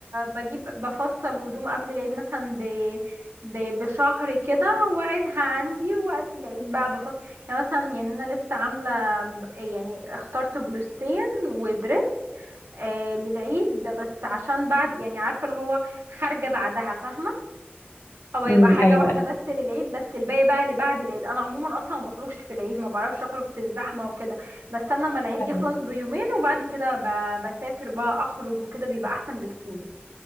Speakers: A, on the right; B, on the left.
A: بجيب بفصل هدوم قبل العيد مثلا ب... ب... بشهر كده واعينها عندي ووقت العيد بقى بفصل يعني مثلا يعني انا لسه عاملة يعني اخترت بلوستين ودرس آه للعيد ده بس عشان بعد يعني عارفة اللي هو خارجة بعدها فاهمة هو يبقى
B: امم
A: حاجة
B: ايوه
A: واحدة
B: ايوه
A: بس للعيد بس الباقي بقى اللي بعد العيد انا عموما اصلا ما بخرجش في العيد ما بعرفش اخرج في الزحمة وكده بستنى اما العيد
B: ايوه
A: يخلص بيومين وبعد كده ب- بسافر بقى اخرج وكده بيبقى احسن بكتير